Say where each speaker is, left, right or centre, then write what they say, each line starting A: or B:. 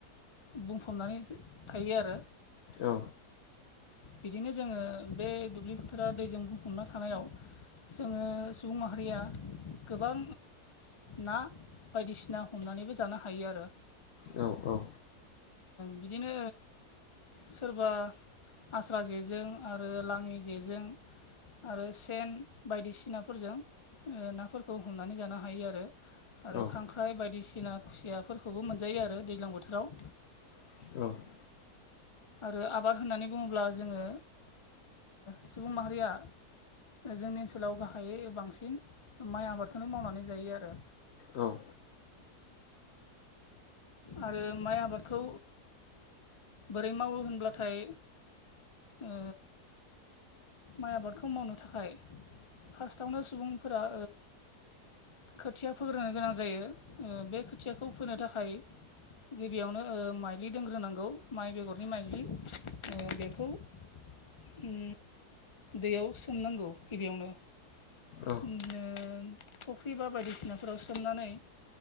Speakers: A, on the left (about 30°); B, on the left (about 50°).
A: बुंफबनानै थायो आरो
B: औ
A: बिदिनो जोङो बे दुब्लि फोथाराव दैजों बुंफबना थानायाव जोङो सुबुं माहारिया गोबां ना बायदिसिना हमनानैबो जानो हायो आरो
B: औ औ
A: बिदिनो सोरबा आस्रा जेजों आरो लाङि जेजों आरो सेन बायदिसिनाफोरजों नाफोरखौ हमनानै जानो हायो आरो आरो
B: औ
A: खांख्राइ बायदिसिना खुसियाफोरखौबो मोनजायो आरो दैज्लां बोथोराव
B: <inaudible>
A: आरो आबाद होननानै बुङोब्ला जोङो सिबुन माहया जोंनि ओनसोलाव गाहायै बांसिन माइ आबादखौनो मावनानै जायो आरो
B: औ
A: आरो माइ आबादखौ बोरै मावो होनब्लाथाय ओ माइ आबादखौ मावनो थाखाय फार्स्टआवनो सुबुंफोरा खोथिया फोग्रोनो गोनां जायो बे खोथियाखौ फोनो थाखाय गिबियावनो माइ्लि दोनग्रोनांगौ माइ बेगरनि माइ्लि बेखौ उम दैयाव सोमनांगौ गिबियावनो।
B: औ।
A: बिदिनो फुख्रि बा बायदिसिनाफोराव सोमनानै